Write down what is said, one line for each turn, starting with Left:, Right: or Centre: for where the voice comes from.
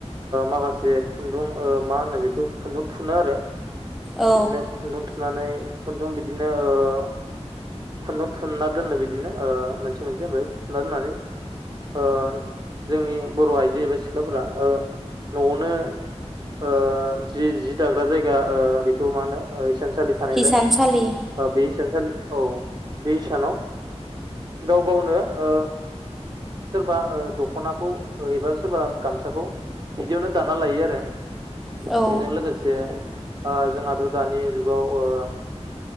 Right: माखासे खुन्दुं ओ मा होनो बेखौ खुन्दुं थुनो आरो।
Centre: औ
Right: बिदिनो खुन्दुं थुनानै खुन्दुं बिदिनो ओ खुन्दुं थुनना दोनो बिदिनो मोनसे मोनसे ओमफ्राय थुनना दोननानै ओ जोंनि बर' आइजो एबा सिख्लाफोरा न'आवनो ओ जि जि दाग्रा जायगा ओ बेखौ मा होनो इसान सालि सालि थानायलाय
Centre: हिसानसालि
Right: बे इसानसालि औ बे इसानाव गाव गावनो ओ सोरबा दख'नाखौ एबा सोरबा गामसाखौ बिदिनो दाना लायो आरो।
Centre: औ
Right: बेजों लोगोसे ओ जोंहाथ' दानि जुगाव ओ